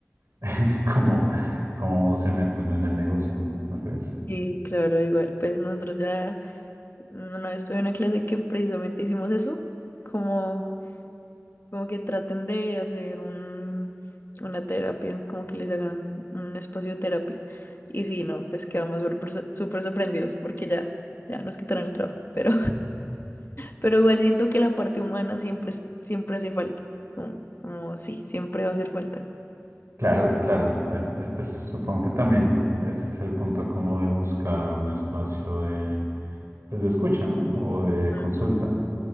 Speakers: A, on the right; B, on the left.
A: <laughs> cómo, cómo se meten en el negocio, ¿no? ¿No crees?
B: Y claro, igual, pues nosotros ya una vez tuve una clase que precisamente hicimos eso, como, como que traten de hacer un, una terapia, como que les hagan un espacio de terapia. Y si no, pues quedamos súper, sor- súper sorprendidos porque ya, ya nos quitaron el trabajo, pero Pero igual siento que la parte humana siempre, es- siempre hace falta. Como, como sí, siempre va a hacer falta.
A: Claro, claro. eh, este es- pues, supongo que también ese es el punto como de buscar un espacio de, pues, de escucha, ¿no? O de
B: Ujú.
A: consulta.